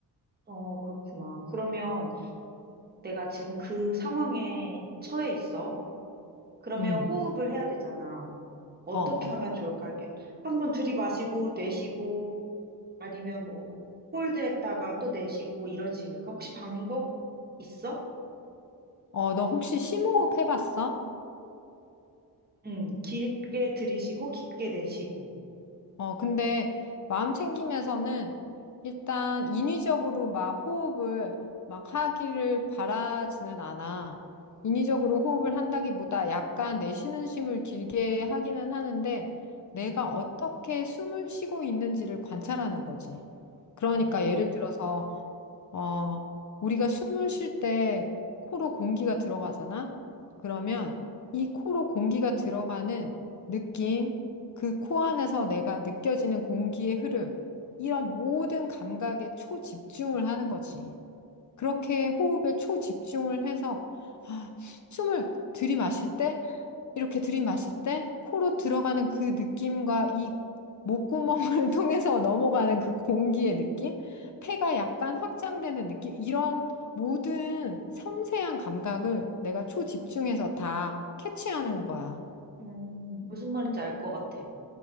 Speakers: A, on the right; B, on the left.
A: 어, 그렇구나. 그러면 내가 지금 그 상황에 처해 있어. 그러면
B: 응.
A: 호흡을 해야 되잖아. 어떻게
B: 어, 어.
A: 하면 좋을까? 이렇게 한번 들이마시고 내쉬고 아니면 뭐 홀드했다가 또 내쉬고 이런 식일까? 혹시 방법 있어?
B: 어, 너 혹시 심호흡 해봤어?
A: 응, 길게 들이쉬고 깊게 내쉬고.
B: 어, 근데 마음 챙김에서는 일단 인위적으로 막 호흡을 막 하기를 바라지는 않아. 인위적으로 호흡을 한다기보다 약간 내쉬는 심을 길게 하기는 하는데 내가
A: 음,
B: 어떻게 숨을 쉬고 있는지를 관찰하는 거지. 그러니까
A: 어,
B: 예를 들어서 어, 우리가 숨을 쉴 때 코로 공기가 들어가잖아? 그러면 이 코로 공기가 들어가는 느낌, 그 코 안에서 내가 느껴지는 공기의 흐름, 이런 모든 감각에 초집중을 하는 거지. 그렇게 호흡에 초집중을 해서 아, 숨을 들이마실 때 이렇게 들이마실 때 코로 들어가는 그 느낌과 이 목구멍을 <laughs> 통해서 넘어가는 그 공기의 느낌, 폐가 약간 확장되는 느낌, 이런 모든 섬세한 감각을 내가 초집중해서 다 캐치하는 거야.
A: 음, 무슨 말인지 알 것 같아.